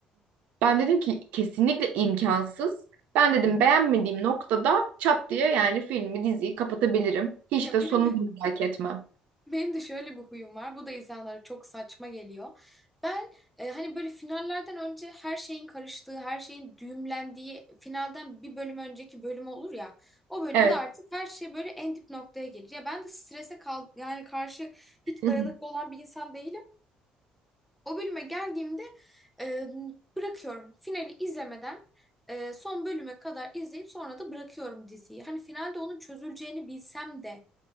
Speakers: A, on the right; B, in the centre.
A: Ben dedim ki kesinlikle imkansız. Ben dedim beğenmediğim noktada çat diye yani filmi, diziyi kapatabilirim. Hiç
B: Ya
A: de
B: benim
A: sonunu
B: bir
A: merak etmem.
B: Benim de şöyle bir huyum var. Bu da insanlara çok saçma geliyor. Ben e, hani böyle finallerden önce her şeyin karıştığı, her şeyin düğümlendiği finalden bir bölüm önceki bölüm olur ya. O bölümde
A: Evet.
B: artık her şey böyle en dip noktaya gelir. Ya ben de strese kal yani karşı hiç
A: <laughs>
B: dayanıklı olan bir insan değilim. O bölüme geldiğimde e, bırakıyorum. Finali izlemeden e, son bölüme kadar izleyip sonra da bırakıyorum diziyi. Hani finalde onun çözüleceğini bilsem de